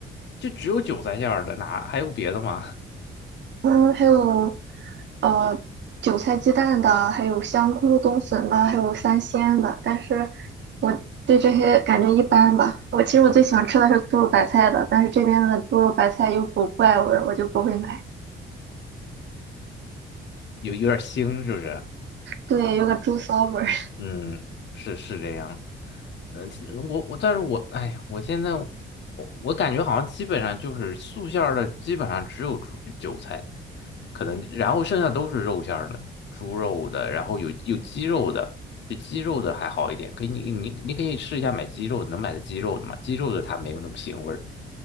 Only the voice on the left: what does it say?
就只有韭菜馅儿的，哪还有别的吗？
<laughs> 有有点腥，是不是？
嗯，是是这样。呃，其我我，但是我哎呀，我现在我我感觉好像基本上就是素馅儿的，基本上只有猪韭菜，可能然后剩下都是肉馅儿的，猪肉的，然后有有鸡肉的，这鸡肉的还好一点，可以你你你可以试一下买鸡肉的能买的鸡肉的嘛？鸡肉的它没有那么腥味儿。